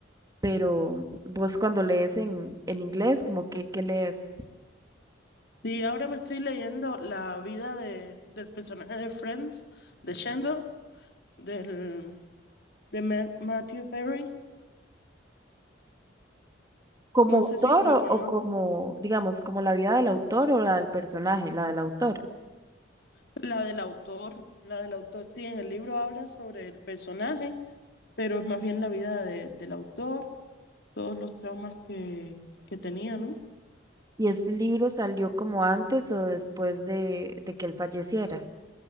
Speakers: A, on the right; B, on the left.
A: pero vos cuando lees en, en inglés, como que, ¿qué lees?
B: Sí, ahora me estoy leyendo la vida de, del personaje de Friends, de Chandler, del, de Ma- Matthew Perry.
A: ¿Como
B: No
A: autor
B: sé si lo
A: o,
B: conoces.
A: o como, digamos, como la vida del autor o la del personaje, la del autor?
B: La del autor, la del autor, sí, en el libro habla sobre el personaje pero es más bien la vida de- del autor, todos los traumas que, que tenía, ¿no?
A: ¿Y ese libro salió como antes o después de, de que él falleciera?